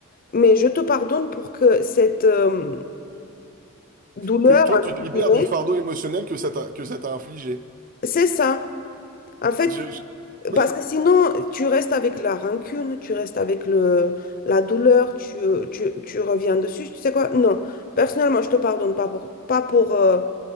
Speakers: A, on the left (about 40°); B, on the right (about 35°).
A: mais je te pardonne pour que cette euh, douleur,
B: que toi,
A: entre
B: tu te libères
A: guillemets,
B: du fardeau émotionnel que ça t'a, que ça t'a infligé.
A: c'est ça. En fait,
B: Je, je- Oui.
A: Parce que sinon, tu restes avec la rancune, tu restes avec le, la douleur, tu, tu, tu reviens dessus. Tu sais quoi? Non. Personnellement, je te pardonne pas pour, pas pour euh,